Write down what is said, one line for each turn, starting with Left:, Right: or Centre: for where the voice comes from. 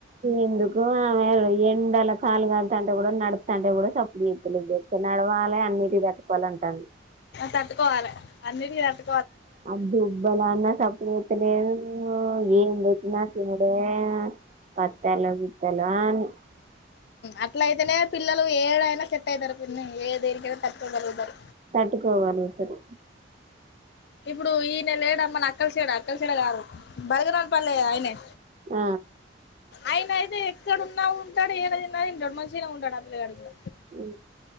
Right: ఎందుకు ఆమె ఎండలకు కాలు కాంటే కూడా నడుపుతంటే కూడా స ప్పుడు చేదులే నడవాలి అన్నిటి తట్టు కోవలే అంటాను
Left: తట్టుకోవాలె అన్నిటికి తట్టు
Right: అది ఉబ్బల అన్నసప్పుడు చెయ్యలేదు ఏం పెట్టిన తినుడే పచ్చడ్లు గిచ్చట్లు అన్ని
Left: అట్లయితేనే పిల్లలు ఏడైనా సెట్ అయితరు పిన్ని, ఏ దేనికైనా తట్టుకోగలుగుతరు.
Right: తట్టుకోవాలె ఇద్దరు.
Left: ఇప్పుడు ఈయన లేడ మన అక్కలసేడ, అక్కలసేడ గాదు. బడగరాజు పల్లే ఆయనే.
Right: ఆ
Left: ఆయన అయితే ఎక్కడున్నా ఉంటడు. ఏడ తిన్నా తింటడు, మంచిగనే ఉంటడు ఆ పిల్లగాడు కూడ.
Right: ఉ